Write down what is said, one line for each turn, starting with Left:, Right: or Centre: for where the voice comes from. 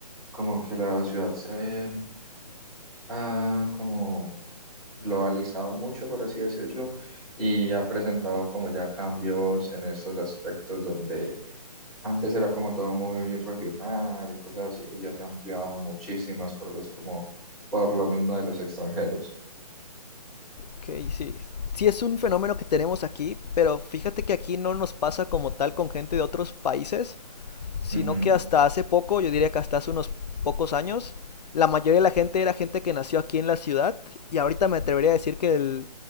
Centre: como que la ciudad se ha como globalizado mucho, por así decirlo, y ha presentado como ya cambios en esos aspectos donde antes era como todo muy regional y cosas así, y ya se han ampliado muchísimas cosas como por lo mismo de los extranjeros.
Left: Ok, sí. Sí es un fenómeno que tenemos aquí, pero fíjate que aquí no nos pasa como tal con gente de otros países, sino
Centre: Ujú.
Left: que hasta hace poco, yo diría que hasta hace unos pocos años, la mayoría de la gente era gente que nació aquí en la ciudad y ahorita me atrevería a decir que el